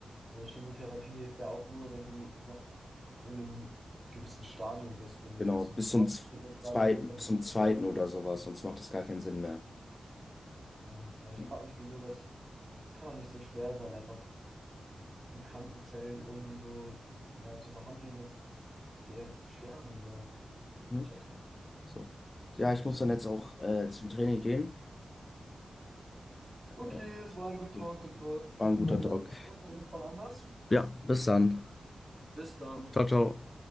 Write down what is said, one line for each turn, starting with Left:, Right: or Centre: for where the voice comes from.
Right: so Chemotherapie hilft ja auch nur, wenn du noch in einem gewissen Stadium bist. Wenn du
Left: Genau,
Right: jetzt
Left: bis
Right: im fortgeschrittenen
Left: zum z-
Right: Stadium
Left: zweiten,
Right: bist, dann
Left: zum
Right: ist das
Left: zweiten
Right: vorbei.
Left: oder sowas, sonst macht das gar keinen Sinn mehr.
Right: Ja, ja, ich
Left: Genau.
Right: frage mich, wieso das, das kann doch nicht so schwer sein, einfach die kranken Zellen irgendwie so ja, zu behandeln, dass die halt sterben. So.
Left: Hm?
Right: Ich check's nicht.
Left: So. Ja, ich muss dann jetzt auch äh, zum Training gehen.
Right: Okay,
Left: Äh,
Right: es war ein Good
Left: okay.
Right: Talk, Good Talk.
Left: War ein guter
Right: Dann
Left: Talk.
Right: äh, sprechen wir uns mal anders.
Left: Ja, bis dann.
Right: Bis dann.
Left: Ciao, ciao.